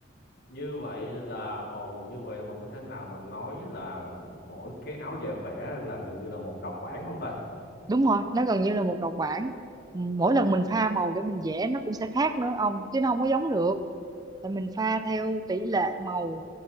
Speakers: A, on the left; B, on the right.
A: như vậy là ồ như vậy là mình có thể nào mà nói là mỗi cái áo dài vẽ là gần như là một độc bản không ta
B: đúng rồi nó gần như là một độc bản mỗi lần mình pha màu để mình vẽ nó cũng sẽ khác nữa ông chứ nó không có giống được tại mình pha theo tỷ lệ màu